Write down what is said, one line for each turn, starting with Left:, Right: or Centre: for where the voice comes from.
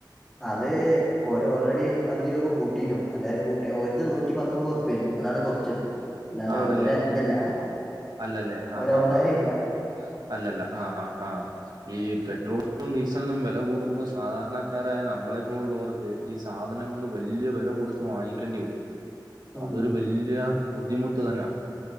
Centre: അത് ഓര് ഓൾറെഡി അഞ്ചു രൂപ കൂട്ടീനു എല്ലാരും കൂട്ടി ഓര്തെ നൂറ്റി പത്തൊമ്പൊറുപ്പ്യനി അതാണ് കൊറച്ചത് അല്ലാതെ
Right: ആണല്ലേ
Centre: ഓരെ ഇതല്ല
Right: അല്ലല്ലേ ആഹ്
Centre: ഓരൗദാര്യല്ല
Right: ആഹ് ആഹ് അല്ലല്ല ആഹ് ആഹ് ആഹ് ഈ പെട്രോളിനും ഡീസലിനും വെല കൂടുമ്പോ സാധാരണക്കാരായ നമ്മളെ പോലുള്ളവർക്ക് ഈ സാധനങ്ങള് വല്ല്യ വെല കൊടുത്ത് വാങ്ങിക്കേണ്ടി വെരും
Centre: ഉം
Right: അതൊരു വെല്യ ബുദ്ധിമുട്ട് തന്നാണ്